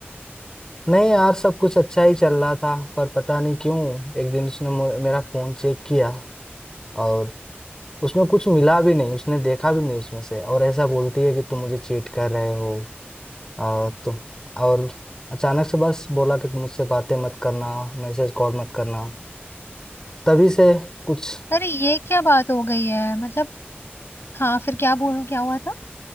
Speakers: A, on the left; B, on the left.
A: नहीं यार सब कुछ अच्छा ही चल रहा था पर पता नहीं क्यों एक दिन उसने मु- मेरा फोन चेक किया और उसमें कुछ मिला भी नहीं उसने देखा भी नहीं उसमें से और ऐसा बोलती है कि तुम मुझे चीट कर रहे हो और तुम और अचानक से बस बोला कि तुम मुझसे बातें मत करना मैसेज कॉल मत करना तभी से कुछ
B: अरे ये क्या बात हो गई है मतलब हाँ फिर क्या बोलूं क्या हुआ था